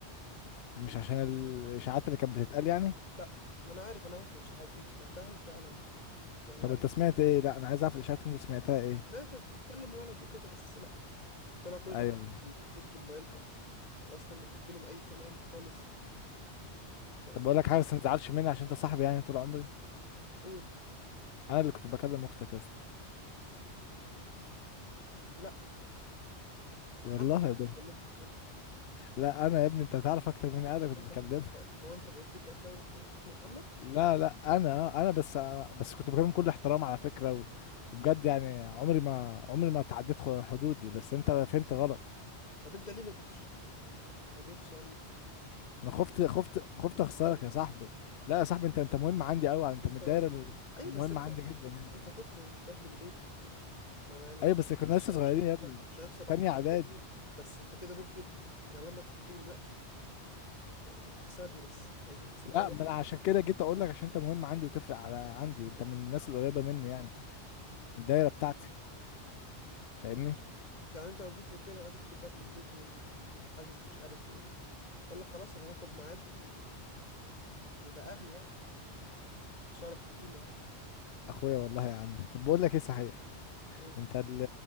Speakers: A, on the left; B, on the left.
A: مش عشان الاشاعات اللي كانت بتتقال يعني
B: لا ما انا عارف انا عارف الاشاعات دي وسمعتها وفعلا يعني لا
A: طب انت سمعت ايه لا انا عايز اعرف الاشاعات اللي انت سمعتها ايه
B: انها كانت بتكلم ولد وكده بس لا طلع كل ده
A: ايوه
B: كده وفتشت موبايلها واصلا ما فيش بينهم اي كلام خالص يعني
A: طب بقول لك حاجه بس ما تزعلش مني عشان انت صاحبي يعني طول عمري
B: قول
A: انا اللي كنت بكلم اختك يا اسطى
B: لا محمد
A: والله
B: اللي
A: ده
B: بيكلمها مش انت
A: لا انا يا ابني انت هتعرف اكتر مني انا كنت
B: هو انت
A: بكلمها
B: في... هو انت فيك اكونت اسمه محمد
A: لا لا انا انا بس بس كنت بكلم كل احترام على فكره و... وبجد يعني عمري ما عمري ما تعديت خ- حدودي بس انت فهمت غلط
B: طب انت ليه ما جيتيش يعني ما ما جيتش يعني
A: انا خفت
B: تقول لي
A: خفت خفت
B: وتدخل
A: اخسرك يا صاحبي لا يا صاحبي انت انت مهم عندي قوي
B: بس
A: انت
B: انت
A: من الدايره
B: ايوه
A: المهمه
B: بس انت
A: عندي جدا يعني
B: انت هتدخل الباب من بيته يعني احنا يعني
A: ايوه بس كنا
B: عشرة
A: لسه صغيرين
B: مش هنخسر
A: يا ابني
B: مش هنخسر
A: في
B: بعد
A: تانية
B: حاجة
A: اعدادي
B: زي دي بس انت كده ممكن يعني لما تحكي لي دلوقتي اه، تخسرني بس لو جبت في الاول
A: لا ما انا عشان كده جيت اقول لك عشان انت مهم عندي وتفرق على عندي انت من الناس القريبه مني يعني من الدايره بتاعتي فاهمني
B: كنت يعني انت لو جيت قلت لي انا عايز ادخل باب من بيته وحاسس مش عارف بايه اقول لك خلاص هاخد ميعاد و... يعني ونبقى اهل يعني احنا ده شرف لينا يعني
A: اخويا والله يا عم طب بقول لك ايه صحيح
B: ايه
A: انت ال-